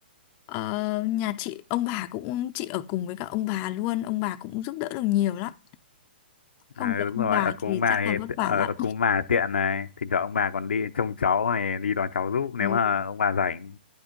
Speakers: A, on the left; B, on the left.
A: Ờ, nhà chị ông bà cũng chị ở cùng với cả ông bà luôn ông bà cũng giúp đỡ được nhiều lắm không
B: À
A: có
B: đúng
A: ông
B: rồi,
A: bà
B: ở cùng
A: thì
B: ông bà
A: chắc
B: thì,
A: là vất vả
B: ở,
A: lắm
B: ở cùng ông bà tiện này, thỉnh thoảng ông bà còn đi trông cháu này, đi đón cháu giúp nếu
A: ừ,
B: mà ông bà rảnh.